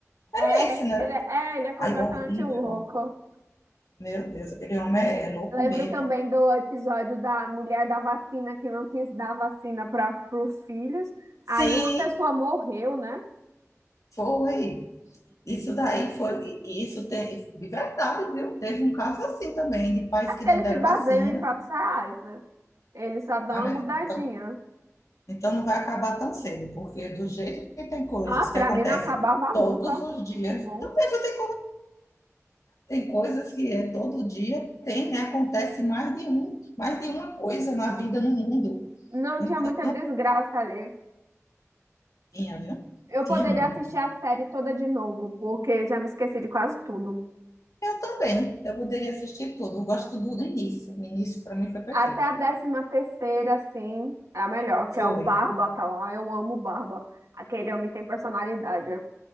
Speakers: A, on the right; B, on the left.
A: É,
B: Era esse, né?
A: ele é, é, ele é completamente
B: Ai, horrível.
A: louco.
B: Meu Deus, aquele homem é, é louco
A: Lembro
B: mesmo.
A: também do episódio da mulher da vacina que não quis dar vacina para os filhos. Aí
B: Sim,
A: uma pessoa morreu, né?
B: foi. Isso daí foi. e Isso tem, de verdade, viu? Teve um caso assim também, de pais
A: É porque
B: que não
A: eles
B: deram
A: se baseiam
B: vacina.
A: em fatos reais, né? Eles só dão
B: Tá,
A: uma
B: minha
A: mudadinha.
B: filha? Então, então não vai acabar tão cedo, porque do jeito que tem coisas
A: Ah, pra
B: que acontecem
A: mim não acabava
B: todos
A: nunca.
B: os dias,
A: Muito bom.
B: então pensa, tem Tem coisas que é todo dia tem, né? Acontece mais de um, mais de uma coisa na vida, no mundo.
A: Não
B: Então,
A: tinha muita desgraça ali.
B: tinha, viu?
A: Eu poderia
B: Tinha muito.
A: assistir a série toda de novo, porque eu já me esqueci de quase tudo.
B: Eu também. Eu poderia assistir tudo. Eu gosto do início. O início para mim foi perfeito.
A: Até a décima terceira, assim, é a melhor, que
B: Foi.
A: é o Barba, tá lá. Eu amo o Barba. Aquele homem tem personalidade.